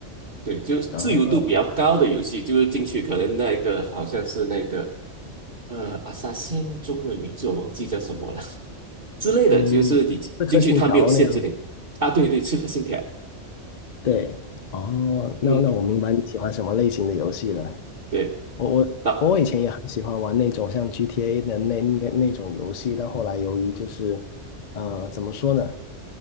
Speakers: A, on the right; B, on the left.
A: 对，就是自由度比较高的游戏，
B: 啊，
A: 就是进去可能那个好像是那个呃阿萨辛中文名字我忘记叫什么了 <laughs> 之类的，
B: 嗯，
A: 就是你进进去它没有限制你啊，
B: 刺客信条那样子。
A: 对对，刺客信条，
B: 对，哦，
A: 嗯，
B: 那那我明白你喜欢什么类型的游戏了。
A: 对，
B: 我我我以前也很喜欢玩那种像
A: 那
B: GTA 的那那那种游戏，但后来由于就是，呃，怎么说呢？